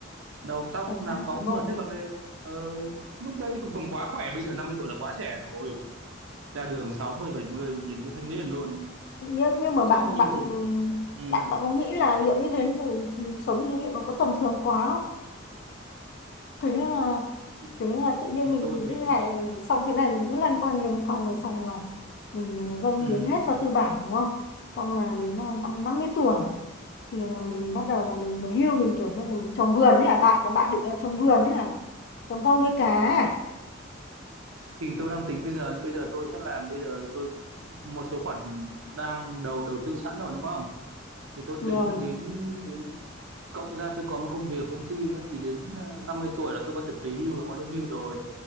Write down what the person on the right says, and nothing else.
đầu tóc
lúc nào
bóng
mượt thế còn lên Ờ, lúc đấy thì còn còn quá khỏe bây giờ 50 tuổi là quá trẻ rồi ra đường sáu mươi bảy mươi mình nhìn như thanh niên luôn ý.
không nhưng
mà thực ừ,
thì,
thì
tôi nghĩ
ừ,
thì tôi đang tính bây giờ nhưng bây giờ tôi sẽ làm bây giờ tôi một số khoản đang đầu đầu tư sẵn rồi đúng không thì tôi
tính đến đến cộng ra tôi có một công việc công ty nữa thì đến ờ, 50 tuổi là tôi có thể về hưu và có lương hưu rồi